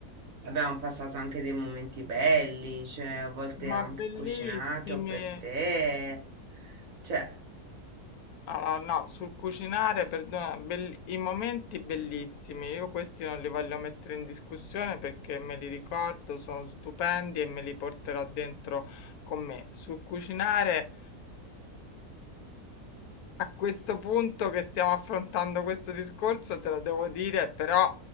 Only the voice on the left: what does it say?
Ma
bellissime.
Allora, no, sul cucinare, perdona, bell- i momenti bellissimi, io questi non li voglio mettere in discussione perché me li ricordo, sono stupendi e me li porterò dentro con me. Sul cucinare, a questo punto che stiamo affrontando questo discorso, te lo devo dire, però